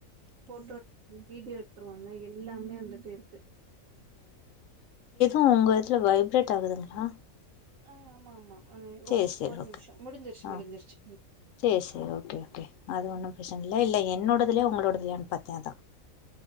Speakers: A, on the right; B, on the left.
A: ஃபோட்டோட் வீடியோ எட்த்ருவாங்க எல்லாமே வந்துட்டு இருக்கு
B: ஓ உங்க இதுல வைப்ரேட் ஆகுதுங்ளா
A: அஆ ஆமா ஆமா ஆ
B: ச்சேர்
A: ஓக்
B: சே
A: ஒரு
B: ஓகே
A: நிமிஷோ முடிஞ்சிருச்சு
B: ஆ
A: முடிஞ்சிருச்சு
B: ச்சேர் செ ஓகே ஓகே அது ஒண்ணு ப்ரஷ் தன்லா இல்லே என்னோடதுலயு உங்களோடதலயான் பாத்தே அதா